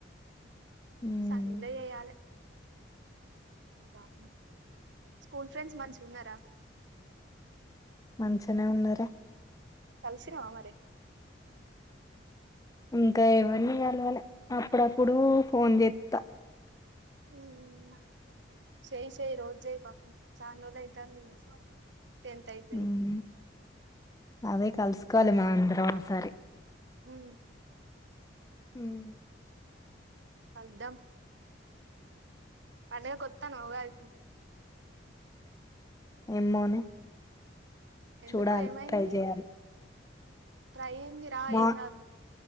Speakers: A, on the left (about 20°); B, on the right (about 70°).
A: మ్మ్
B: సల్నీళ్ళే చేయాలే బాగుంది. స్కూల్ ఫ్రెండ్స్ మంచిగున్నారా
A: మంచినే ఉన్నారే
B: కలిసినవా మరి
A: ఇంకా ఎవర్ని కలవలే. అప్పుడప్పుడు ఫోన్ చేత్తా
B: మ్ చేయ్ చేయ్ రోజు చేయ్ పాపం చాన్ రోజులైతాంది. టెన్త్ అయిపోయి
A: మ్మ్ అదే కలుసుకోవాలి మనం అందరం ఒకసారి
B: మ్
A: హ్మ్
B: కలుద్దాం పండగ కొత్తన్నవ ఉగాదికి
A: ఏమోనే
B: ఎందుకు
A: చూడాలి
B: ఏమైంది.
A: ట్రై చేయాలి
B: ట్రై ఏందిరా
A: మా
B: ఏం కాదు